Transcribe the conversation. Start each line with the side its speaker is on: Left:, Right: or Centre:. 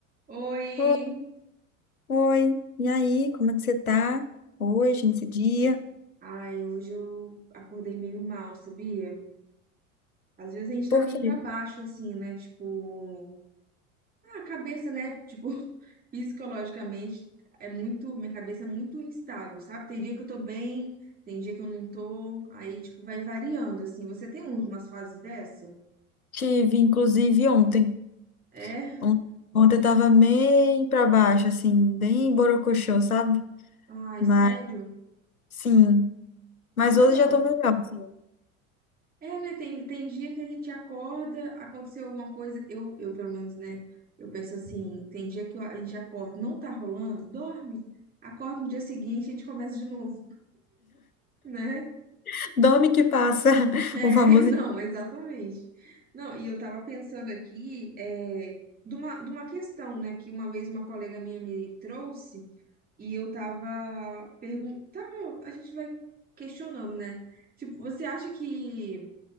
Right: Oi!
Left: Oi, oi. e aí, como é que você tá hoje, nesse dia?
Right: Ai, hoje eu acordei meio mal, sabia? Às vezes a gente
Left: Porque
Right: tá meio pra baixo, assim, né? Tipo, ah, a cabeça, né? Tipo, <laughs> psicologicamente é muito, minha cabeça é muito instável, sabe? Tem dia que eu tô bem, tem dia que eu não tô, aí, tipo, vai variando, assim. Você tem umas fases dessa?
Left: tive, inclusive, ontem.
Right: É?
Left: On- Ontem eu tava bem pra baixo, assim, bem borocochô, sabe?
Right: Ai,
Left: Mas,
Right: sério?
Left: sim. Mas
Right: Então,
Left: hoje já tô melhor, assim.
Right: É, né? Tem, tem dia que a gente acorda, aconteceu alguma coisa, eu, eu pelo menos, né? Eu penso assim, tem dia que a gente acorda, não tá rolando, dorme, acorda no dia seguinte, a gente começa de novo, né?
Left: <laughs> Dorme que passa, <laughs>
Right: É, <laughs>
Left: o famoso.
Right: não, exatamente. Não, e eu tava pensando aqui, é, de uma, de uma questão, né, que uma vez uma colega minha me trouxe, e eu tava perguntando, tava, a gente vai questionando, né? Tipo, você acha que